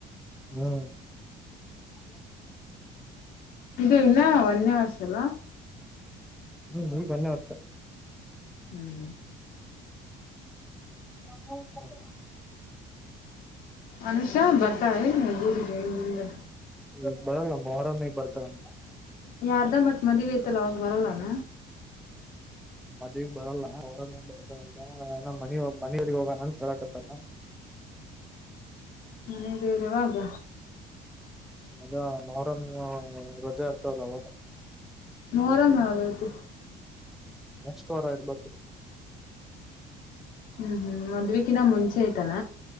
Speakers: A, in the centre; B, on the left.
A: ಹ್ಮ್ ಅೌದಾ <unintelligible>
B: ಇದು ಇನ್ನ ವನ್ಯವಾಸ ಅಲ್ಲ
A: ಹ್ಮ್ ಮೂಯಿಕ್ಕಿ ಒಂದನೇ ವರ್ಷ
B: ಹ್ಮ್
A: ಹ್ಮ <unintelligible>
B: ಅನುಷಾ ಬರ್ತಳೆನ್ ಊರಿಗೆ ಇನೊಂದ್
A: ಇವಾಗ ಬರಲ್ಲ ಮೊಹರಾಮ್ಗೆ ಬರ್ತಳಂತೆ.
B: ಯಾರ್ದ ಮತ್ ಮದ್ವಿಯತಲ್ಲ ಅವಾಗ ಬರಲ್ಲಾನ
A: ಮದ್ವಿ ಬರಲ್ಲ ಅವರನ್ನೇಗ್ ಬರ್ತದಂತ ಅಲ್ಲ ಮನೆಯವಿಗೆ ಹೋಗಣಂತ ಹೇಳಾಕತ್ತಾನ
B: ಮನೆ ದೇವರ ಯಾವಾಗ
A: ಅದ ಮೊಹರಂ ರಜಾ ಇರ್ತವಲ್ಲ ಅವಾಗ
B: ಮೊಹರಂ ಯಾವಾಗ ಐತಿ
A: ನೆಕ್ಸ್ಟವಾರ ಇರ್ಬೇಕ
B: ಹ್ಮ್ ಹ್ಮ್ ಮದ್ವಿಕಿನ ಮುಂಚೆ ಐತನ